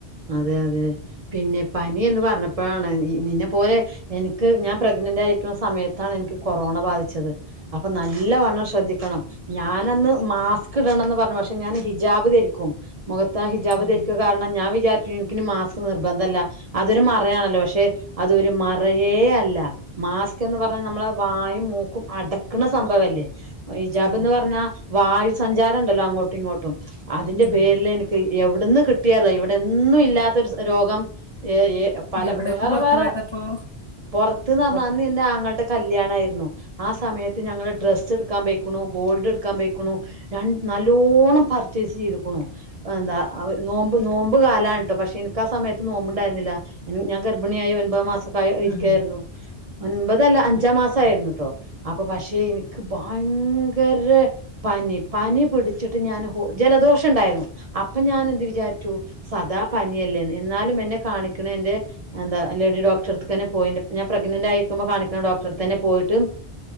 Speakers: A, on the right; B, on the left.
A: അതെ അതെ പിന്നെ പനി എന്ന് പറഞ്ഞപ്പോഴാണ് നിന്നെ പോലെ എനി. ക് ഞാൻ പ്രഗ്നന്റായിരിക്കുന്ന സമയ അതാണെനിക്ക് കൊറോണ ബാധിച്ചത് അപ്പൊ നല്ലവണ്ണം ശ്രദ്ധിക്കണം ഞാൻ അന്ന് മാസ്ക് ഇടണംന്ന് പറഞ്ഞു പക്ഷെ ഞാന് ഹിജാബ് ധരിക്കും. മുഖത്താ ഹിജാബ്
B: ഉം
A: ധരിക്കകാരണം ഞാൻ വി <unintelligible> മാസ്ക് നിർബന്ധല്ല അതൊരു മറയാണല്ലോ പക്ഷെ അതൊരു മറയേ അല്ല മാസ്ക് എന്ന് പറഞ്ഞ നമ്മള് വായും മൂക്കും അടക്കണ സംഭവവല്ലേ. തേ. ഇജാബെന്ന്
B: ആ
A: പറഞ്ഞാ വായുസഞ്ചാരം ഉണ്ടല്ലോ അങ്ങോട്ടും ഇങ്ങോട്ടും. അതിന്റെ
B: ഉം
A: പേരിലെനക്ക്. എവിടന്ന് കിട്ടിയാല ഇവിടെ ഒന്നു ഇല്ലാത്തൊരു രോഗം എ എ പല
B: എവിടൊക്കെ
A: വേറെ
B: പുറത്തു
A: വേറെ
B: പോയതപ്പോ
A: പുറത്ത്ന്ന് പറഞ്ഞാ
B: പുറ
A: അന്ന് എൻ്റെ ആങ്ങളേടെ കല്യാണായിരുന്നു ആ സമയ ട്ട് ഞങ്ങള് ഡ്രസ്സെടുക്കാൻ പോയി ക്കണു ഗോൾഡ് എടുക്കാൻ പോയേക്കണു നല്ലോണം പർച്ചേസ് ചെയ്തേക്കണു എന്താ നോമ്പ് നോമ്പ് നോമ്പുകാലണട്ടോ പക്ഷേ എനിക്കാ സമയത്ത് നോമ്പുണ്ടായിരുന്നില്ല ഞാൻ ഗർഭിണിയായി ഒമ്പതാം മാസം. പയം ഇരിക്കയാരുന്നു
B: ഉം
A: ഒൻപത് അല്ല അഞ്ചാം മാസയിരുന്നുട്ടോ അപ്പൊ പക്ഷെ എനിക്ക് ഭയങ്കര പനി പനി പിടിച്ചിട്ട് ഞാന് ഹോ ജലദോഷണ്ടായിരുന്നു അപ്പൊ ഞാനെന്ത് വിചാരിച്ചു. സദാ പനിയല്ലേന്ന് എന്നാലും എന്നെ കാണിക്കണേൻ്റെ എന്താ ലേഡി ഡോക് ക്ടറടുത്തുക്കന്നെ പോയിണ്ട് ഞാൻ പ്രെഗ്നന്റ് ആയിരിക്കുമ്പോ കാണിക്ക്ണ ഡോക്ടറടുത്തന്നെ പോയിട്ട്